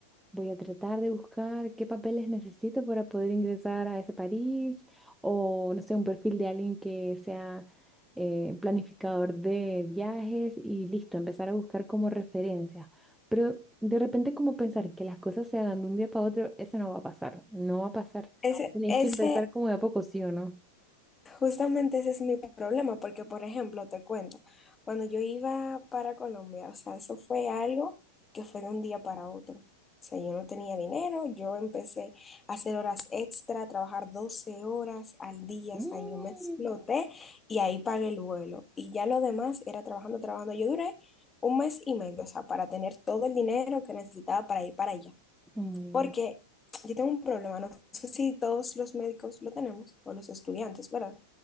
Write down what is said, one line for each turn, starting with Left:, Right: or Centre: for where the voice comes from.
Centre: Voy a tratar de buscar qué papeles necesito para poder ingresar a ese país o, no sé, un perfil de alguien que sea eh, planificador de viajes y listo, empezar a buscar como referencias. Pero de repente como pensar que las cosas se hagan de un día para otro, eso no va a pasar, no va a pasar.
Left: Ese,
Centre: Tenéis
Left: ese
Centre: que empezar como de a poco, ¿sí o no?
Left: Justamente ese es mi problema, porque por ejemplo, te cuento, cuando yo iba para Colombia, o sea, eso fue algo que fue de un día para otro. O sea, yo no tenía dinero, yo empecé a hacer horas extra, a trabajar 12 horas al día,
Centre: Mm,
Left: o sea, yo me exploté y ahí pagué el vuelo. Y ya lo demás era trabajando, trabajando. Yo duré un mes y medio, o sea, para tener todo el dinero que necesitaba para ir para allá.
Centre: Oh my God.
Left: Porque yo tengo un problema, no sé si todos los médicos lo tenemos, o los estudiantes, ¿verdad?